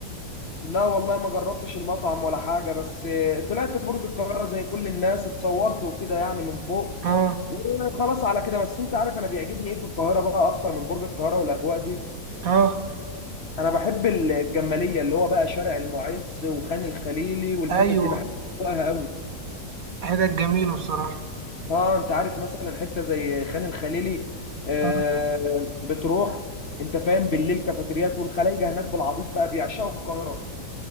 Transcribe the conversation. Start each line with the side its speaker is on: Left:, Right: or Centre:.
Left: لا والله ما جربتش المطعم ولا حاجة بس طلعت برج القاهرة زي كل الناس اتصورت وكده يعني من فوق
Right: اه
Left: وخلاص على كده بس انت عارف انا بيعجبني ايه في القاهرة بقى اكتر من برج القاهرة والاجواء دي
Right: اه
Left: انا بحب الجماليه اللي هو بقى شارع المعز وخان الخليلي والحتت
Right: ايوه
Left: دي بحب اجواءها قوي
Right: حتت جميلة بصراحة
Left: اه انت عارف مثلا حته زي خان الخليلي آه
Right: آه.
Left: بتروح انت فاهم بالليل كافيتريات والخلايجه هناك بالعبيط بقى بيعشقوا القاهره